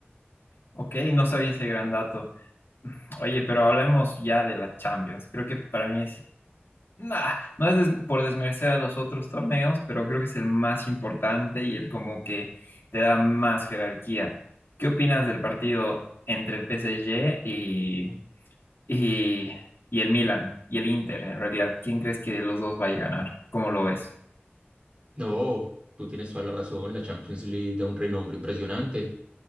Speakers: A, on the left; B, on the right.
A: Ok, no sabía ese gran dato. Oye, pero hablemos ya de la Champions. Creo que para mí es Nah, no es des- por desmerecer a los otros torneos, pero creo que es el más importante y el como que te da más jerarquía. ¿Qué opinas del partido entre el PSG y, y, y el Milan y el Inter en realidad? ¿Quién crees que los dos vaya a ganar? ¿Cómo lo ves?
B: No, tú tienes toda la razón, la Champions League da un renombre impresionante.